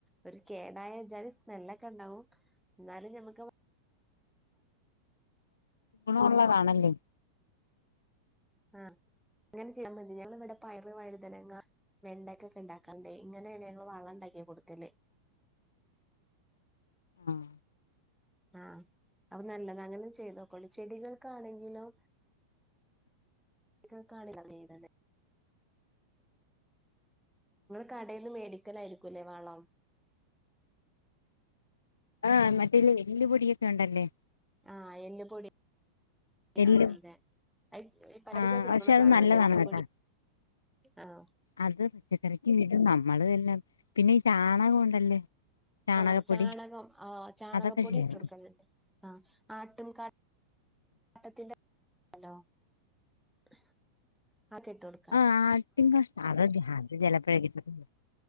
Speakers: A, in the centre; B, on the left (about 70°).
A: ഒരു കേടായ ഒജാതി സ്മെല്ലൊക്കെ ഉണ്ടാവും ന്നാലും ഞമ്മക്ക്.
B: ഗുണമുള്ളതാണല്ലേ.
A: ആഹ അങ്ങനെ ചൈതാ മതി ഞങ്ങളിവിടെ പയറ് വഴുതനങ്ങ.. വെണ്ടക്കൊക്കെ ഉണ്ടാക്കാർന്ണ്ടെ ഇങ്ങനെയാണ് ഞങ്ങള് വളം ഇണ്ടാക്കി കൊടുക്കല്..
B: ഉം..
A: ആഹ അപ്പൊ നല്ലത അങ്ങനെ ചെയ്തുകൊണ്ടി ചെടികൾക്കാണെങ്കിലും.. <unintelligible> ഇങ്ങൾ.. കടേന്ന് മേടിക്കലായിരിക്കൂല്ലേ വളം..
B: ആ മറ്റേ എല്ല് പൊടിയൊക്കെ ഉണ്ടല്ലേ.
A: ആഹ് എല്ല് പൊടി.
B: എല്ലും
A: ആ അതെ <unintelligible> സാധനം
B: ആഹ് പക്ഷെ അത് നല്ലതാണ്
A: ആണല്ലേ എല്ല്
B: കേട്ടാ
A: പൊടി.. ആഹാ
B: അത് പച്ചക്കറിക്ക് ഇടും നമ്മള് പിന്നെ ഈ ചാണകം ഉണ്ടല്ലേ.. ചാണകപ്പൊടി
A: ആഹ് ചാണകം ആ ചാണകപ്പൊടി
B: അതൊക്കെ ചേർക്കും
A: ഇട്ട് കൊടുക്കറുണ്ട് ആ ആട്ടും കാട്ടം <unintelligible> ത്തി ന്റെ. ഹലോ <unintelligible> ഇട്ട് കൊടുക്കാല്ലേ
B: ആഹ് ആട്ടിൻ കഷ്ടം അത് ചെലപ്പേ കിട്ടത്തൊള്ളൂ